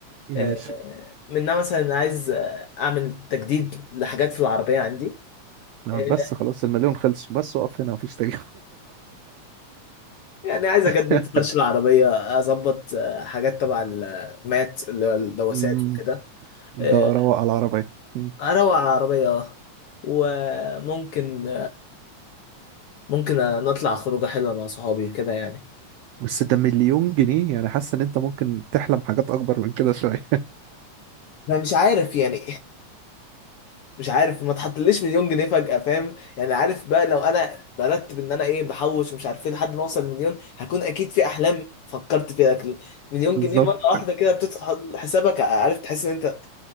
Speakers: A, on the right; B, on the left.
A: ماشي
B: آه، منها مثلا عايز آه، اعمل تجديد لحاجات في العربيه عندي
A: بس
B: آه،
A: خلاص المليون خلصوا بس وقف هنا مفيش تاني
B: يعني عايز
A: <laughs>
B: اجدد فرش العربيه اظبط آه، حاجات تبع المات اللي هو الدواسات
A: مم.
B: وكده
A: ده
B: آه،
A: روق على العربية مم.
B: اروق على العربية اه وممكن ممكن نطلع خروجة حلوة مع صحابي كده يعني
A: بس ده مليون جنيه يعني حاسس ان انت ممكن تحلم حاجات اكبر من كده شوية
B: انا مش عارف يعني مش عارف ما تحطليش مليون جنيه فجأة فاهم يعني عارف بقى لو انا برتب ان انا ايه بحوش ومش عارف ايه لحد ما اوصل مليون هكون اكيد في احلام فكرت فيها لكن مليون
A: <laughs> بالظبط
B: جنيه مرة واحدة كده بتدخل حسابك عارف تحس ان انت